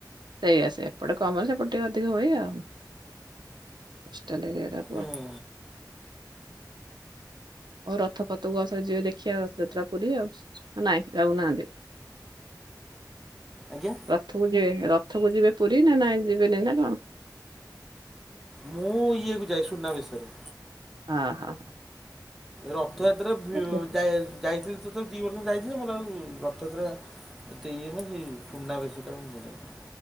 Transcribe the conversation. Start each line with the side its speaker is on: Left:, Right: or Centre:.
Right: ସେଇଆ ସେଇଆ ଏପଟେ କମ୍ ହେଲେ ସେପଟେ ଟିକେ ଅଧିକ ହୁଏ ଆଉ କୋଷ୍ଟାଲ ଏରିଆଟା
Centre: ହୁଁ
Right: ଆଉ ରଥପଥକୁ ଆସ ଯିବେ ଦେଖିବା ରଥଯାତ୍ରା ପୁରୀ ଆଉ ନାଇଁ ଯାଉନାହାନ୍ତି?
Centre: ଆଜ୍ଞା।
Right: ରଥକୁ ଯିବେ ରଥକୁ ଯିବେ ପୁରୀ ନା ନାଇଁ ଯିବେନି ନା କଣ?
Centre: ମୁଁ ଇଏକୁ ଯାଏ ସୁୁନା ବେଶରେ।
Right: ହଁ ହଁ।
Centre: ରଥଯାତ୍ରା ଭି
Right: ହଁ
Centre: ଯାଇ ଯାଇଥିଲି ତ ଦି ବର୍ଷ ତଳେ ଯାଇଥିଲେ, ମୋର ଆଉ ରଥଯାତ୍ରା ଏତେ ଇଏ ନାହିଁ ସେଇ ସୁନାବେଶ ଟା ମୁଁ। <unintelligible>